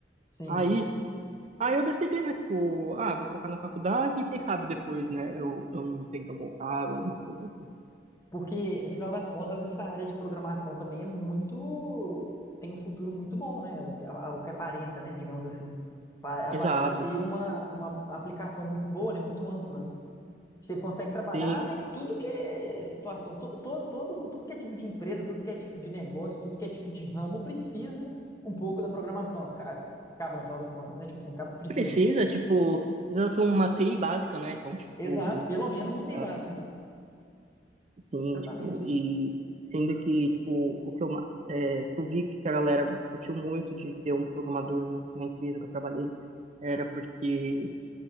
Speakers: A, on the left; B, on the right.
A: Sim.
B: Aí, aí eu decidi, né, tipo, ah, vou focar na faculdade e quem sabe depois, né, eu, eu não tento voltar ou alguma coisa assim.
A: Porque, no final das contas, essa área de programação também é muito. tem um futuro muito bom, né? O que, a- o que aparenta, né? Digamos assim. Pa- Aparenta
B: Exato,
A: ter uma, uma aplicação muito boa, né? Muito ampla, né? Você consegue trabalhar
B: sim.
A: em tudo que é situação, to, to- todo, tudo que é tipo de empresa, tudo que é tipo de negócio, tudo que é tipo de ramo precisa um pouco da programação. Aca- Acaba, no final das contas, né? Tipo assim, acaba que precisa.
B: Precisa, tipo, precisa ter uma TI básica, né, então, tipo,
A: Exato, pelo menos uma TI
B: ah,
A: básica, né?
B: Sim,
A: Exatamente.
B: tipo, e sendo que, tipo, o que eu, ma- é, que eu vi que a galera curtiu muito de ter um programador na, na empresa que eu trabalhei, era porque